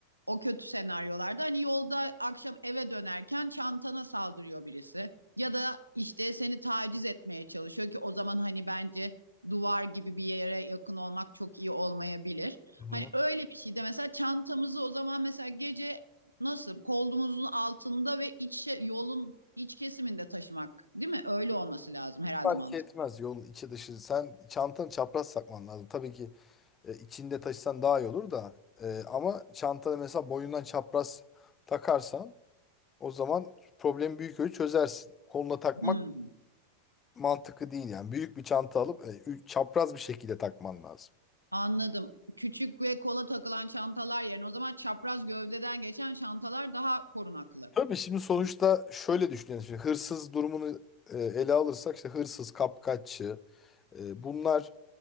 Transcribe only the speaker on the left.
Hı hı.
fark
etmez yolun içi dışı. Sen çantanı çapraz sakman lazım. Tabii ki E, içinde taşısan daha iyi olur da. E, ama çantada mesela boyundan çapraz takarsan o zaman problemi büyük ölçü çözersin. Koluna takmak
mantıklı değil yani. Büyük bir çanta alıp e, ü- çapraz bir şekilde takman lazım.
Tabii şimdi sonuçta şöyle düşünelim. Şimdi hırsız durumunu e, ele alırsak işte hırsız, kapkaççı e, bunlar